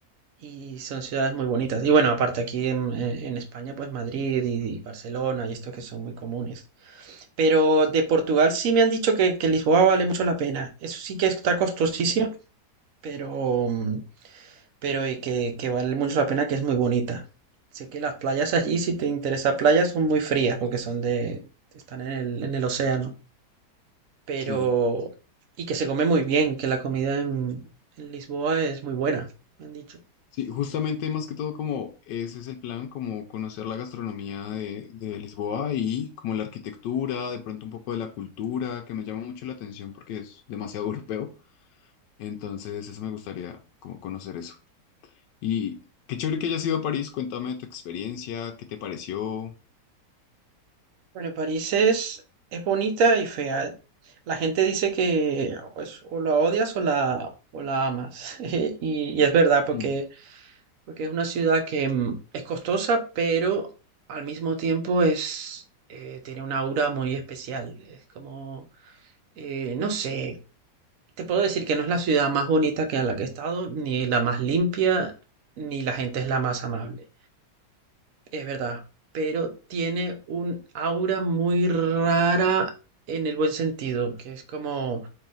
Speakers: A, on the right (about 60°); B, on the left (about 80°).
A: Y son ciudades muy bonitas. Y bueno, aparte aquí en, en- en España, pues Madrid y, y Barcelona y estos que son muy comunes. Pero de Portugal sí me han dicho que, que Lisboa vale mucho la pena. Eso sí que está costosísimo, pero, mm, pero y que, que vale mucho la pena, que es muy bonita. Sé que las playas allí, si te interesa playas, son muy frías porque son de, están en el, en el océano. Pero,
B: Sí.
A: y que se come muy bien, que la comida en en Lisboa es muy buena, me han dicho.
B: Sí, justamente más que todo como ese es el plan, como conocer la gastronomía de, de Lisboa y como la arquitectura, de pronto un poco de la cultura, que me llama mucho la atención porque es demasiado <laughs> europeo. Entonces, eso me gustaría como conocer eso. Y qué chévere que hayas ido a París, cuéntame tu experiencia, qué te pareció.
A: Bueno, París es, es bonita y fea. La gente dice que pues, o la odias o la, o la amas. <laughs> Y, y es verdad, porque,
B: Hmm,
A: porque es una ciudad que mm, es costosa, pero al mismo tiempo es, eh, tiene una aura muy especial. Es como, eh, no sé, te puedo decir que no es la ciudad más bonita que a la que he estado, ni la más limpia, ni la gente es la más amable. Es verdad, pero tiene un aura muy rara en el buen sentido, que es como,